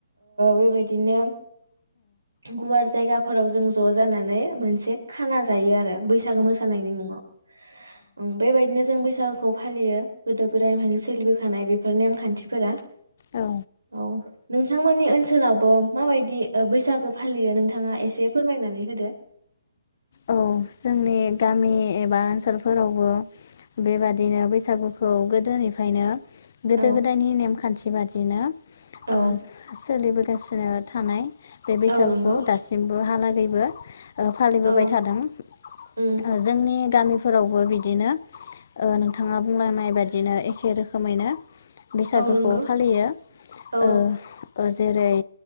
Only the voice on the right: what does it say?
बेबायदिनो। गुवार जायगा फोराव जों ज' जानानै मोनसे खाना जायो आरो बै मोसानायनि मुङाव ओं बेबायदिनो जों बैसागुखौ फायो गोदो गोदायनिफ्रायनो सोलि होखानाय बेफोर नेमखान्थिफोरा
औ नोंथांमोननि ओनसोलावबो माबायदि ओ बैसागो फालियो नोंथाङा एसे फोरमायनानै होदो।
औ
औ
औ नंगौ
औ
उम
औ नंगौ
औ